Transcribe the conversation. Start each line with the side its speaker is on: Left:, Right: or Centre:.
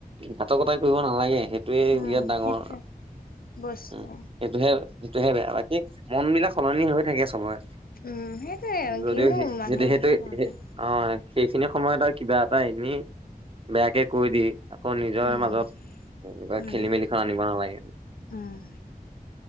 Right: ঘাটকতা কৰিব নালাগে, সেইটোয়ে
Left: উম
Right: বিৰাট ডাঙৰ,
Left: সেইটোৱে বস্তু
Right: উম। সেইটোহে-সেইটোহে বেয়া, বাকী মন বিলাক সলনি হৈ থাকে চবৰে।
Left: উম সেইটোৱে
Right: যদিও
Left: কিনো
Right: সেই
Left: মানুহৰ
Right: সেইটোৱে -সেইটোয়ে
Left: মনহে
Right: অ', সেইখিনি সময়ত আৰু কিবা এটা এনেই বেয়াকে কৈ দি আকৌ নিজৰ
Left: উম
Right: মাজত এনেকুৱা
Left: উম
Right: খেলি মেলিখন আনিব নালাগে উ
Left: উম